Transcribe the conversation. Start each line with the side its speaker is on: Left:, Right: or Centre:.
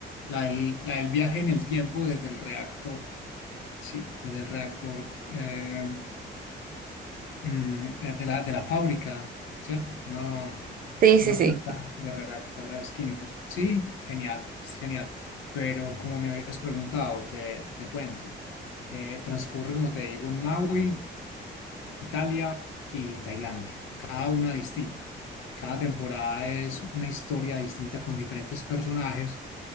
Left: La del, la del viaje en el tiempo desde el reactor, sí, desde el reactor eh, mm, eh, de la, de la fábrica, ¿cierto? Una,
Right: Sí,
Left: una
Right: sí, sí,
Left: planta de reactores químicos. Sí, genial, genial. Pero como me habías preguntado, te, te cuento. Eh, transcurre, como te digo, en Maui, Italia y Tailandia, cada una distinta. Cada temporada es una historia distinta con diferentes personajes,